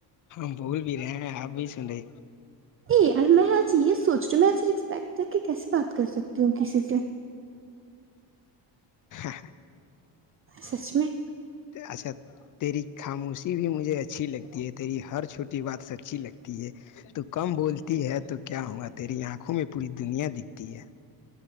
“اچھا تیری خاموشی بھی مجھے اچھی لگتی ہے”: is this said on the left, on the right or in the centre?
Left